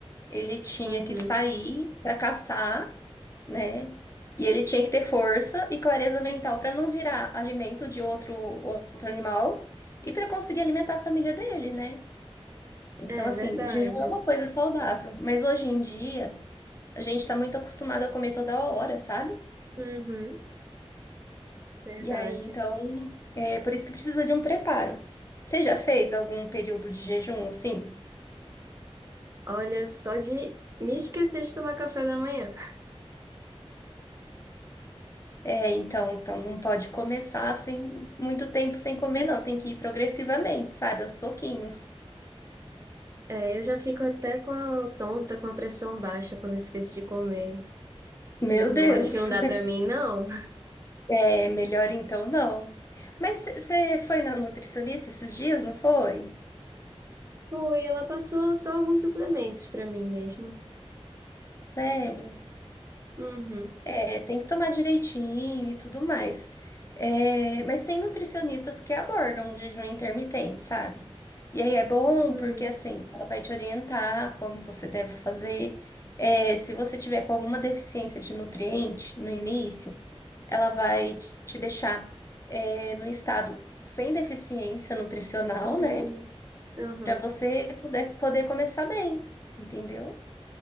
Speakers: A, on the left (about 30°); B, on the right (about 30°).
A: Ele tinha
B: Uhum.
A: que sair para caçar né? E ele tinha que ter força e clareza mental para não virar alimento de outro outro animal e para conseguir alimentar a família dele, né? Então,
B: É
A: assim,
B: verdade.
A: o jejum é uma coisa saudável, mas hoje em dia a gente está muito acostumado a comer toda hora, sabe?
B: Uhum, verdade.
A: E aí, então, é por isso que precisa de um preparo. Você já fez algum período de jejum, assim?
B: Olha, só de me esquecer de tomar café da manhã.
A: É, então, então não pode começar sem muito tempo sem comer, não. Tem que ir progressivamente, sabe? Aos pouquinhos.
B: É, eu já fico até com a- tonta, com a pressão baixa quando eu esqueço de comer.
A: Meu
B: Não-
A: Deus!
B: acho que não dá pra mim, não.
A: É, melhor então não. Mas você foi na nutricionista esses dias, não foi?
B: Foi, ela passou só alguns suplementos pra mim mesmo.
A: Sério?
B: Uhum.
A: É, tem que tomar direitinho e tudo mais. É, mas tem nutricionistas que abordam o jejum intermitente, sabe? E aí é bom
B: Hum,
A: porque assim, ela vai te orientar como você deve fazer. É, se você tiver com alguma deficiência de nutriente no início, ela vai te deixar, é, no estado sem deficiência nutricional,
B: hum,
A: né?
B: aham.
A: para você poder, poder começar bem, entendeu?